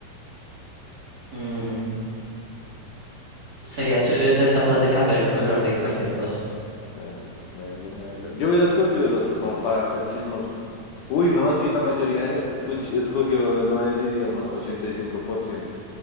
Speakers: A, on the right; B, on the left.
A: Mm, sería chévere ser capaz de cambiar el color de cualquier cosa.
B: Melo, melo, melo. Yo hubiera escogido el otro, como para ser chismoso. Uy, no, sí, la mayoría de gente escuch- escogió lo del idioma, ochenta y cinco por ciento